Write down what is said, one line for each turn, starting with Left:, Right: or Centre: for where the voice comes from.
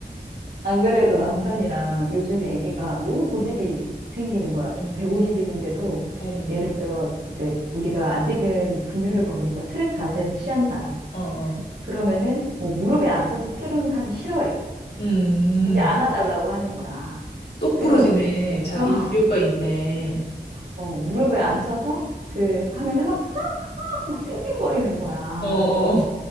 Right: 안 그래도 남편이랑 요즘에 애기가 너무 고집이 생기는 거야.
Left: 어,
Right: 150일인데도,
Left: 어, 어머머.
Right: 예를 들어, 이제, 우리가 아직은 분유를 먹으니까 트림 자세를 취한다.
Left: 어, 어.
Right: 그러면은, 뭐, 무릎에 앉혀서 트림을 하면 싫어해.
Left: 음.
Right: 이제 안아달라고 하는 거야.
Left: 똑부러지네.
Right: 그래서,
Left: 자기
Right: <laughs>
Left: 기호가 있네.
Right: 어, 무릎에 앉혀서, 그, 하면은 막 막 찡찡거리는 거야.
Left: 어, 어,